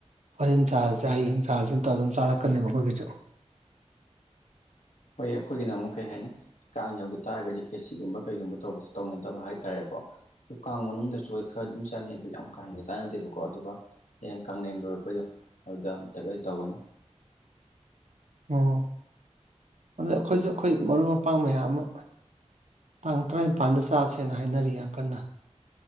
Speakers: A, on the right; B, on the left.
A: ꯍꯣꯔꯦꯟ ꯆꯥꯔꯁꯦ ꯍꯌꯦꯡ ꯆꯥꯔꯖꯦ ꯇꯧꯔ ꯑꯗꯨꯝ ꯆꯥꯔꯛꯀꯅꯦꯕ ꯑꯈꯣꯏꯒꯤꯁꯨ
B: ꯍꯣꯏꯌꯦ ꯑꯩꯈꯣꯏꯒꯤꯅ ꯑꯃꯨꯛ ꯀꯩ ꯍꯥꯏꯅꯤ ꯀꯥꯡ ꯌꯧꯒꯤ ꯇꯥꯔꯒꯗꯤ ꯈꯦꯆꯤꯒꯨꯝꯕ ꯀꯩꯒꯨꯝꯕ ꯇꯧꯕꯖꯦ ꯇꯧꯅꯗꯕ ꯍꯥꯏꯇꯥꯔꯦꯀꯣ ꯗꯣ ꯀꯥꯡ ꯃꯅꯨꯡꯗ ꯆꯣꯏ ꯈꯔ ꯑꯗꯨꯝ ꯆꯥꯅꯩ ꯑꯗꯨ ꯌꯥꯝ ꯀꯥ ꯍꯦꯟꯅ ꯆꯥꯟꯅꯗꯦꯕꯀꯣ ꯑꯗꯨꯒ ꯍꯌꯦꯡ ꯀꯥꯡꯂꯦꯟ ꯂꯣꯏꯔꯛꯄꯩꯗꯣ ꯑꯗꯨꯗ ꯑꯃꯝꯇꯒ ꯇꯧꯒꯅꯤ
A: ꯑꯣ ꯑꯗꯣ ꯑꯩꯈꯣꯏꯖꯨ ꯑꯩꯈꯣꯏ ꯃꯔꯨꯞ ꯃꯄꯥꯡ ꯃꯌꯥꯝ ꯑꯃ ꯇꯥꯡ ꯇꯔꯥꯏꯟꯄꯥꯟꯗ ꯆꯥꯁꯦꯅ ꯍꯥꯏꯅꯔꯤ ꯌꯥꯝ ꯀꯟꯅ